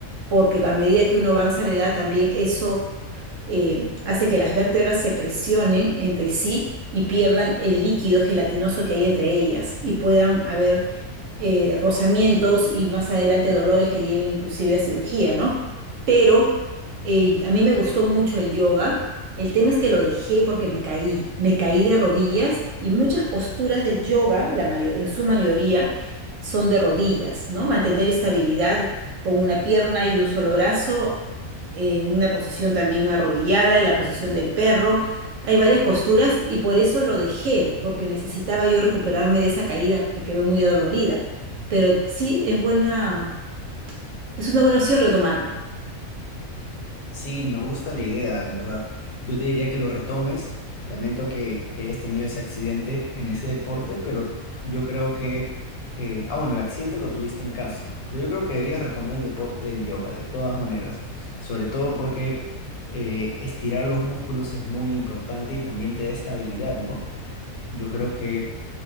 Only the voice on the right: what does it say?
porque a medida que uno avanza la edad también eso eh, hace que las vértebras se presionen entre sí y pierdan el líquido gelatinoso que hay entre ellas y puedan haber eh, rozamientos y más adelante dolores que lleven inclusive a cirugía, ¿no? Pero eh, a mí me gustó mucho el yoga. El tema es que lo dejé porque me caí, me caí de rodillas y muchas posturas del yoga, la mayo- en su mayoría, son de rodillas, ¿no? Mantener estabilidad con una pierna y un solo brazo eh, una posición también arrodillada, en la posición del perro. Hay varias posturas y por eso lo dejé, porque necesitaba yo recuperarme de esa caída que quedó muy adolorida. Pero sí, es buena, es una buena opción retomarlo.